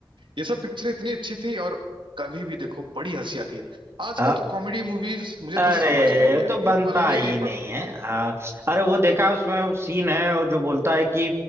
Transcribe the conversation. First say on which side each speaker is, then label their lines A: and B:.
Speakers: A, on the right (about 75°); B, on the right (about 30°).
A: ये सब पिक्चरें इतनी अच्छी थी और कभी भी देखो बड़ी हंसी आती है आजकल
B: गई
A: तो कॉमेडी मूवीज मुझे
B: अरे
A: तो समझ में नहीं
B: तो
A: आती
B: बनता
A: है पल्ले
B: ही
A: ही नहीं
B: नहीं
A: पड़ती
B: है आ, अरे वो देखा उसमें वो सीन है वो जो बोलता है कि